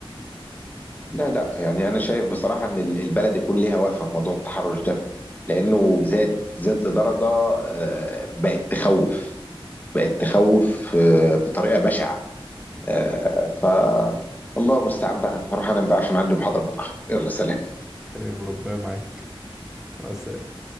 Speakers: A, on the left (about 20°); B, in the centre.
A: لا لا يعني انا شايف بصراحه ان ال- البلد يكون ليها وقفه في موضوع التحرش ده لانه زاد زاد لدرجه آه، بقت تخوف بقت تخوف آه، بطريقه بشعه آه، ف الله المستعان بقى هروح انام بقى عشان عندي محاضره بكره يلا سلام
B: تمام ربنا معاك مع السلامة